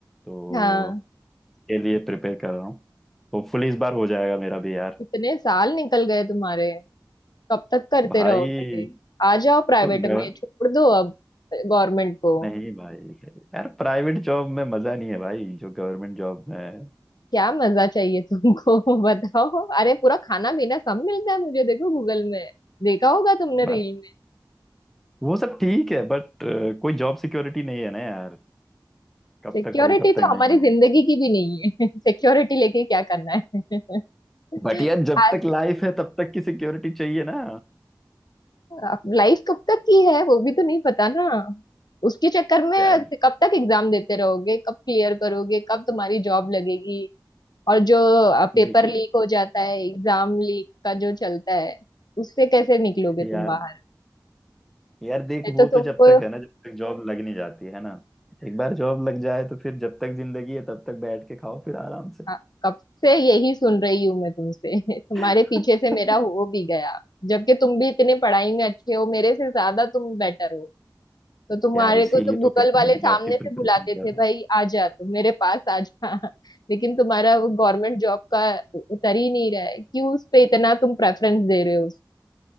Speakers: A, in the centre; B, on the left.
A: तो
B: हो हाँ
A: के लिए प्रिपेयर कर रहा हूँ होपफुली इस बार हो जाएगा मेरा भी यार
B: कितने साल निकल गए तुम्हारे कब तक करते
A: भाई
B: रहोगे आ जाओ प्राइवेट
A: तो गवर
B: में छोड़ दो अब गवर्नमेंट को
A: नहीं भाई यार प्राइवेट जॉब में मजा नहीं है भाई जो गवर्नमेंट जॉब में
B: क्या मजा चाहिए तुमको <laughs> बताओ अरे पूरा खाना पीना सब मिलता है मुझे देखो गूगल में देखा होगा तुमने
A: है
B: रील में
A: वो सब ठीक है बट कोई जॉब सिक्योरिटी नहीं है ना यार कब
B: सिक्योरिटी
A: तक हो कब तक
B: तो हमारी
A: नहीं हो
B: जिंदगी की भी नहीं है <laughs> सिक्योरिटी लेके क्या करना है <laughs>
A: बट यार जब
B: आज
A: तक लाइफ है तब तक की सिक्योरिटी चाहिए ना
B: अब लाइफ कब तक की है वो भी तो नहीं पता ना उसके चक्कर में
A: यार
B: कब तक एग्जाम देते रहोगे कब क्लियर करोगे कब तुम्हारी जॉब लगेगी और जो पेपर
A: देखिए
B: लीक हो जाता
A: हाँ,
B: है एग्जाम लीक का जो चलता है उससे कैसे निकलोगे
A: यार
B: तुम बाहर
A: यार देख
B: मैं
A: वो
B: तो
A: तो
B: तुमको
A: जब तक है ना जब तक जॉब लग नहीं जाती है ना एक बार जॉब लग जाए तो फिर जब तक जिंदगी है तब तक बैठ के खाओ फिर आराम से
B: हाँ, कब से यही सुन रही हूँ मैं तुमसे <laughs> तुम्हारे
A: <laughs>
B: पीछे से मेरा हो भी गया जबकि तुम भी इतने पढ़ाई में अच्छे हो मेरे से ज्यादा तुम बेटर हो तो तुम्हारे
A: यार इसीलिए
B: को तो गूगल
A: तो क्या कर
B: वाले
A: रहे हैं
B: सामने
A: जॉब की
B: से
A: प्रिपरेशन
B: बुलाते
A: कर
B: थे
A: रहे हैं
B: भाई आ जा तू मेरे पास आ जा <laughs> लेकिन तुम्हारा वो गवर्नमेंट जॉब का उतर ही नहीं रहा है क्यों उस पे इतना तुम प्रेफरेंस दे रहे हो